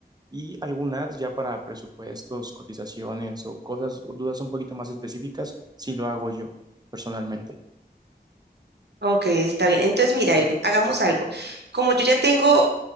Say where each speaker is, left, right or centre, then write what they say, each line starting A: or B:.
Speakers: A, on the right; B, on the right.
A: y algunas ya para presupuestos, cotizaciones o cosas, dudas un poquito más específicas, si lo hago yo personalmente.
B: Ok, está bien. Entonces, mira, Irving, hagamos algo. Como yo ya tengo